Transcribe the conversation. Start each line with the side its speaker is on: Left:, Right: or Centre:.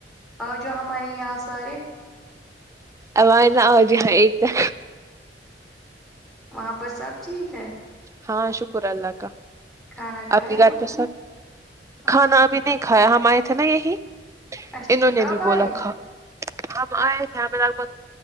Centre: آ جا ہمارے یہاں سارے
Right: آواز نہ آجائے ہاں ایک طر
Centre: وہاں پر سب ٹھیک ہے
Right: ہاں شکر اللہ کا
Centre: کھانا کھایا
Right: آپ کے گھر
Centre: اب
Right: پہ سب
Centre: ہاں
Right: کھانا ابھی
Centre: شکر
Right: د کھایا ہم آئے تھے نا یہی
Centre: اچھا
Right: انہوں
Centre: ٹھیک،
Right: نے
Centre: اب
Right: بھی
Centre: آئے
Right: بولا تھا ہم آئے تھے ہمیں لگ بھگ